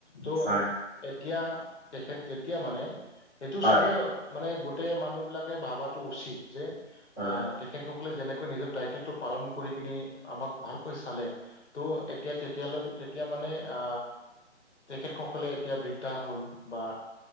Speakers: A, on the left; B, in the centre.
A: তো
B: হয়
A: এতিয়া তেখেত যেতিয়া মানে সেইটো
B: হয়
A: চবেই, মানে গোটেই মানুহ বিলাকে ভাবাটো উচিত যে
B: হয়
A: আহ তেখেত সক লে যেনেকৈ নিজৰ দায়িত্বটো পালন কৰি কিনে, আমাক ভালকৈ চালে ত' এতিয়া তেতিয়ালৈ তেতিয়া মানে আ তেখেতসকলে এতিয়া বৃদ্ধা হ'ল বা।